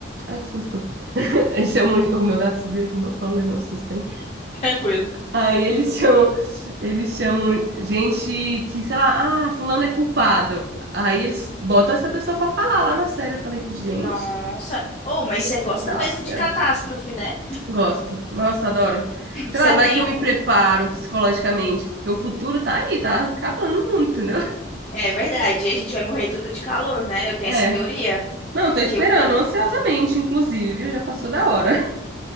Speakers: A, on the right; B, on the left.
A: Ai, que susto. <laughs> Eles chamam... O meu gato subiu aqui no meu colo, levei um susto, hein?
B: Tranquilo.
A: Aí eles chamam, eles chamam gente que, sei lá, ah, fulano é culpado. Aí eles botam essa pessoa pra falar lá na série. Eu falei, gente,
B: nossa. Oh, mas
A: que
B: você gosta
A: que audácia.
B: mesmo de catástrofe, né?
A: Gosto. Nossa, adoro.
B: <clears throat>
A: Sei
B: Você
A: lá, vai
B: tem
A: que eu
B: o.
A: me preparo psicologicamente, porque o futuro tá aí, tá acabando o mundo, entendeu?
B: É verdade, e a gente vai morrer tudo de calor, né? Eu tenho
A: É.
B: essa teoria.
A: Não, tô esperando
B: Que eu... ta-
A: ansiosamente,
B: <laughs>
A: inclusive, viu? Já passou da hora.